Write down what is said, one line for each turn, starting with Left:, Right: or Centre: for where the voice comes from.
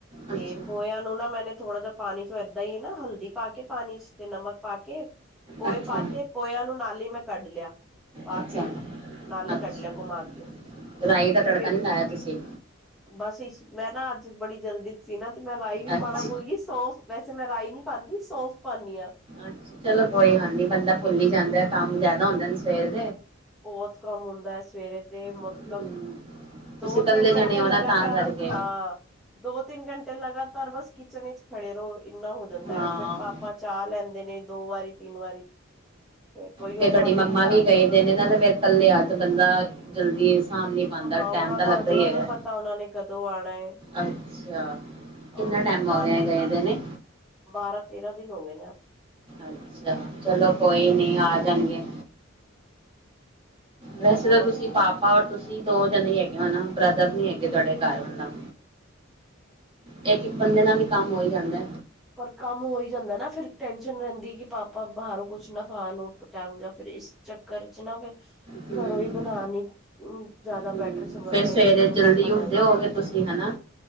Centre: ਤੇ
Right: ਅੱਛਾ
Centre: ਪੋਇਆ ਨੂੰ ਨਾ ਮੈਨੇ ਥੋੜਾ ਜਿਹਾ ਪਾਣੀ ਚੋਂ ਏਦਾਂ ਈ ਨਾ ਹਲਦੀ ਪਾ ਕੇ ਪਾਣੀ ਚ ਤੇ ਨਮਕ ਪਾ ਕੇ ਪੋਏ
Right: ਅੱਛਾ
Centre: ਪਾਤੇ ਤੇ ਪੋਇਆਂ ਨੂੰ ਨਾਲ ਈ ਮੈਂ ਕੱਢ ਲਿਆ। ਪਾ
Right: ਅੱਛਾ
Centre: ਕੇ, ਨਾਲੇ
Right: ਅੱਛਾ
Centre: ਕੱਢ ਲਿਆ ਘੁਮਾ ਕੇ।
Right: ਰਾਈ ਦਾ
Centre: ਕਿਸੇ
Right: ਤੜਕਾ ਨਹੀਂ ਲਾਇਆ ਤੁਸੀਂ
Centre: ਬਸ ਇਸ ਮੈਂ ਨਾ ਅੱਜ ਬੜੀ ਜਲਦੀ ਸੀਂ ਨਾ ਤੇ ਮੈਂ ਰਾਈ ਵੀ
Right: ਅੱਛਾ
Centre: ਪਾਣਾ ਭੁਲ ਗਈ। ਸੌਫ ਵੈਸੇ ਮੈਂ ਰਾਈ ਨਹੀਂ ਪਾਂਦੀ ਸੌਂਫ ਪਾਨੀ ਆਂ।
Right: ਅੱਛਾ ਚਲੋ ਕੋਈ ਗੱਲ ਨਹੀਂ, ਬੰਦਾ ਪੁਲ ਹੀ ਜਾਂਦਾ ਕੰਮ ਜਿਆਦਾ ਹੁੰਦਾ ਨਾ ਸਵੇਰ।
Centre: ਬੋਹਤ ਕਾਮ ਹੋਂਦਾ ਏ ਸਵੇਰੇ ਤੇ ਮਤਲਬ
Right: ਹਮ,
Centre: ਦੋ-ਤਿੰਨ
Right: ਤੁਸੀਂ ਇਕੱਲੇ ਜਾਣੇ
Centre: ਘੰਟੇ
Right: ਹੋ
Centre: ਲਗਾਤਾਰ
Right: ਨਾ ਤਾਂ ਕਰਕੇ
Centre: ਹਾਂ। ਦੋ-ਤਿੰਨ ਘੰਟੇ ਲਗਾਤਾਰ ਬਸ ਕਿਚਨ ਵਿੱਚ ਖੜੇ ਰਹੋ ਇੰਨਾ ਹੋ ਜਾਂਦਾ
Right: ਹਮ
Centre: ਫੇਰ ਪਾਪਾ ਪਾਪਾ ਚਾਹ ਲੈਂਦੇ ਨੇ ਦੋ ਵਾਰੀ ਤਿੰਨ ਵਾਰੀ। ਫਿਰ ਉਹੀਓ
Right: ਤੇ ਤੁਹਾਡੀ
Centre: ਭਾਂਡੇ
Right: ਮਮਾ
Centre: ਭਰਨਾ
Right: ਵੀ ਗਏ ਦੇ ਨਾ, ਕਲੇ ਹੱਥ ਬੰਦਾ ਜਲਦੀ ਕਾਮ ਨਹੀ ਪਾਂਦਾ,
Centre: ਹਾਂ ਉਹਨਾਂ
Right: ਟੈਮ ਤਾਂ
Centre: ਦਾ
Right: ਲੱਗਦਾ
Centre: ਹਜੇ
Right: ਹੀ
Centre: ਵੀ
Right: ਹੈਗਾ।
Centre: ਨਹੀਂ ਪਤਾ ਉਹਨਾਂ ਨੇ ਕਦੋਂ ਆਣਾ ਹੈ
Right: ਅੱਛਾ।
Centre: ਅ
Right: ਕਿੰਨਾ ਟਾਈਮ
Centre: ਨਾਨੀ
Right: ਹੋ ਗਿਆ, ਗਏ ਦੇ ਨੇ?
Centre: ਬਾਰਾਂ ਤੇਰਾਂ ਦਿਨ ਹੋ ਗਏ ਨੇ ਅੱਜ।
Right: ਅੱਛਾ, ਚਲੋ ਕੋਈ ਨੀ ਆ ਜਾਣਗੇ। ਵੈਸੇ
Centre: ਹੋਰ
Right: ਤਾਂ ਤੁਸੀਂ ਪਾਪਾ ਔਰ ਤੁਸੀਂ ਦੋ ਜਣੇ ਹੈਗੇ ਔ ਨਾ। ਬ੍ਰਦਰ ਨੀ ਹੈਗੇ ਤੁਹਾਡੇ ਕਾਰ ਮਤਲਬ। ਇੱਕ-ਇੱਕ ਬੰਦੇ ਨਾਲ ਹੀ ਕੰਮ ਹੋ ਈ ਜਾਂਦਾ।
Centre: ਪਰ ਕੰਮ ਹੋਈ ਈ ਜਾਂਦਾ ਨਾ ਫੇਰ ਟੈਨਸ਼ਨ ਰਹਿੰਦੀ ਕਿ ਪਾਪਾ ਬਾਹਰੋਂ ਕੁਛ ਨਾ ਖਾਣ ਔ ਟੰਗ ਜਾਂ ਫ੍ਰੀ ਇਸ ਚੱਕਰ ਚ ਨਾ ਫੇਰ
Right: ਹਮ
Centre: ਘਰੋਂ ਹੀ ਬਣਾ ਨੀ ਜਿਆਦਾ
Right: ਹਮ
Centre: ਬੈਟ ਫੇਰ ਸਮਜਦੀ
Right: ਫਿਰ ਸਵੇਰੇ
Centre: ਆਂ ਕਿ ਕਿ ਚਲੋ ਪਾਪਾ
Right: ਜਲਦੀ
Centre: ਲੈ
Right: ਉੱਠਦੇ
Centre: ਹੀ
Right: ਹੋਗੇ
Centre: ਜਾਨ
Right: ਤੁਸੀਂ ਹਨਾ